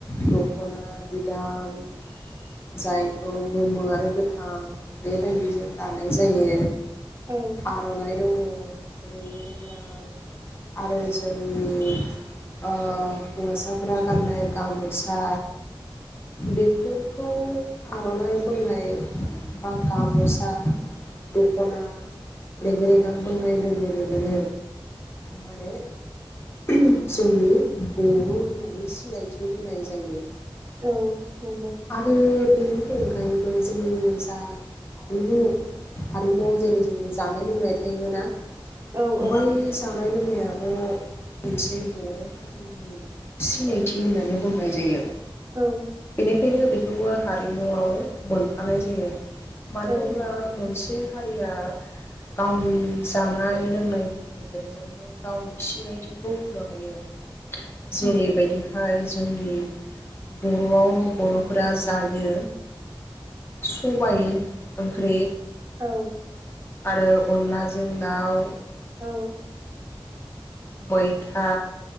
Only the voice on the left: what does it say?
दखना बिदाम जायखौ गोमो आरो गोथां बेबायदिजों दानाय जायो
आरनाइ दङ रेगे रेगां आरो जोंनि ओ हौवासाफोरा गाननाय गामसा बेफोरखौ आरनाइ बुंनाय बा गामसा दखना रेग रेगां बुंनाय लोगो लोगोनो माने जोंनि बर होननानै सिनायथि बे होनाय जायो
आरो बेनि अनगायैबो जोंनि जा हारिमु हारिमुआव जेरै जोंनि जानाय लोंनाय थायो ना
बै जानाय लोंनाया दाब मोनसे बर' हारिनि सिनायथि होननानै बुंनाय जायो।
बेनिखायनो बेखौबो हारिमुआव मोनफानाय जायो। मानो
होनब्ला मोनसे हारिया गावनि जानाय लोंनायनि गेजेरजोंबो गावनि सिनायथिखौ होनो हायो। जेरैबायदि जोंनि बर'आव बर'फोरा जायो सबाय ओंख्रि
आरो अनलाजों दाउ
मैथा